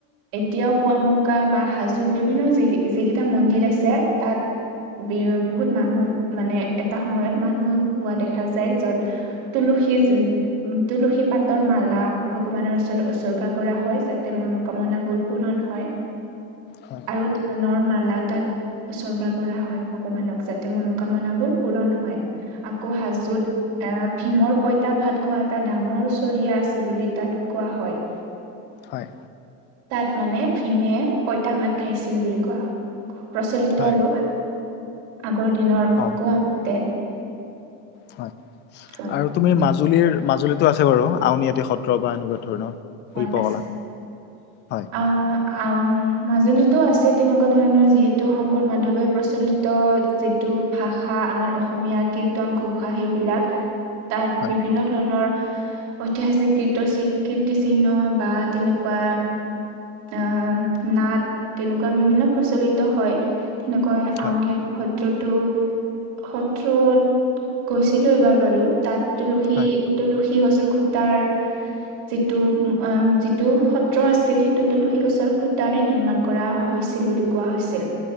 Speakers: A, on the right (about 75°); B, on the left (about 35°).
A: এতিয়াও পুৱামক্কা বা হাজোৰ বিভিন্ন য যিকেইটা মন্দিৰ আছে তাত বি বহুত মানুহ মানে এটা সময়ত মানুহ হোৱা দেখা যায় য'ত তুলুসীজ তুলসী পাতৰ মালা ভগৱানৰ ওচৰত উচৰ্গা কৰা হয় যাতে মনোকামনাবোৰ পূৰণ হয়।
B: হয়
A: আৰু ধানৰ মালা তাত উচৰ্গা কৰা হয় ভগৱানক। যাতে মনোকামনাবোৰ পূৰণ হয় আকৌ হাজোত আহ ভীমৰ পঁইতা ভাত খোৱা এটা ডাঙৰ চৰিয়া আছে বুলি তাত কোৱা হয়।
B: হয়।
A: তাত মানে ভীমে পঁইতা ভাত খাইছিল বুলি কোৱা হয়। প্ৰচলিত
B: হয়
A: আৰু আগৰ দিনৰ
B: অ
A: কোৱা মতে।
B: হয়
A: হয়।
B: আৰু তুমি মাজুলীৰ মাজুলীতো আছে বাৰু আউনীআটী সত্ৰ বা এনেকুৱা ধৰণৰ
A: হয়
B: শিল্পকলা
A: আছে
B: হয়
A: আ আ মাজুলীতো আছে তেনেকুৱা ধৰণৰ যিহেতু শংকৰ মাধৱে প্ৰচলি ত যিটো ভাষা আমাৰ অসমীয়া কীৰ্তন ঘোষা সেই বিলাক তাত
B: হয়
A: বিভিন্ন ধৰণৰ ঐতিহাসিক কিৰ্ত চিহ্ন বা তেনেকুৱা আহ নাট তেনেকুৱা বিভিন্ন প্ৰচলিত হয়। তেনেকৈ
B: হয়
A: আউনীআটী সত্ৰ তো সত্ৰত গৈছিলোঁ এবাৰ বাৰু তাত তুলসী
B: হয়
A: তুলসী গছৰ খূটাৰ যিটো যিটো সত্ৰ আছিল সেইটো তুলসী গছৰ খুটাৰে নিৰ্মাণ কৰা হৈছিল বুলি কোৱা হৈছিল।